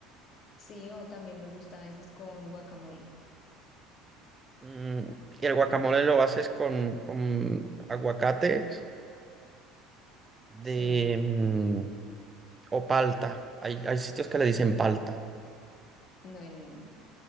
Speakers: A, on the left; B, on the right.
A: Sí, o también me gusta a veces con guacamole.
B: Mm, y el guacamole lo haces con, con aguacates de,
A: Sí,
B: mm, o palta. Hay, hay sitios que le dicen palta.
A: no en,